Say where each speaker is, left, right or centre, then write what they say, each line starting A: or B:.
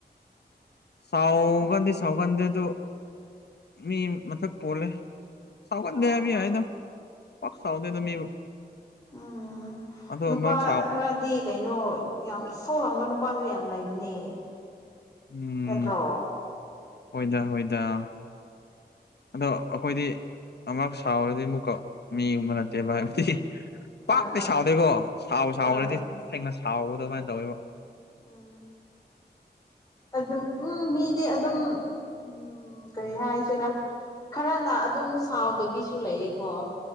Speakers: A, on the left; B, on the left.
A: ꯁꯥꯎꯒꯟꯗꯤ ꯁꯥꯎꯒꯟꯗꯦ ꯑꯗꯨ ꯃꯤ ꯃꯊꯛ ꯄꯣꯜꯂꯦ ꯁꯥꯎꯒꯗꯕꯤ
B: ꯑꯣ
A: ꯍꯥꯏꯅ
B: ꯑꯣ
A: ꯄ ꯁꯥꯎꯗꯅ ꯃꯤꯕꯨ
B: ꯎꯝ
A: ꯑꯗꯣ
B: ꯅꯨꯄꯥ
A: ꯃꯍꯥꯛ ꯁꯥꯎ
B: ꯈꯔꯗꯤ ꯀꯩꯅꯣ ꯌꯥꯝ ꯏꯁꯧ ꯂꯥꯡꯕ ꯅꯨꯄꯥꯁꯨ ꯌꯥꯝ ꯂꯩꯕꯅꯦ
A: ꯎꯝ
B: ꯅꯠꯇ꯭ꯔꯣ
A: ꯍꯣꯏꯗ ꯍꯣꯏꯗ ꯑꯗꯣ ꯑꯩꯈꯣꯏꯗꯤ ꯑꯃꯨꯛ ꯁꯥꯎꯔꯗꯤ ꯑꯃꯨꯛꯀ ꯃꯤꯒꯨꯝꯕ ꯅꯠꯇꯦꯕ ꯍꯥꯏꯕꯗꯤ ꯄꯥꯛꯇꯤ
B: ꯑꯥ ꯑꯥ
A: ꯁꯥꯎꯗꯦꯀꯣ ꯁꯥꯎꯕ ꯁꯥꯎꯈ꯭ꯔꯗꯤ
B: ꯑꯥ
A: ꯁꯦꯡꯅ ꯁꯥꯎꯕꯗꯣ ꯑꯗꯨꯃꯥꯏꯅ ꯇꯧꯋꯦꯕ
B: ꯎꯝ ꯑꯗꯨꯝ ꯎꯝ ꯃꯤꯗꯤꯦ ꯑꯗꯨꯝ ꯎꯝ ꯀꯔꯤ ꯍꯥꯏꯁꯤꯔꯥ ꯈꯔꯅ ꯑꯗꯨꯝ ꯁꯥꯎꯗꯕꯤꯁꯨ ꯂꯩꯌꯦꯀꯣ